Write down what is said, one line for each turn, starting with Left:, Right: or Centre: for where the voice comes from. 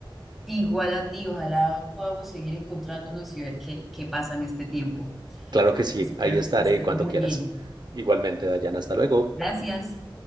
Centre: Igual a ti, ojalá podamos seguir encontrándonos y ver qué, qué pasa en este tiempo.
Right: Claro que sí,
Centre: Espero
Right: ahí estaré
Centre: que estés
Right: cuando
Centre: muy
Right: quieras.
Centre: bien.
Right: Igualmente, Dayana, hasta luego.
Centre: Gracias.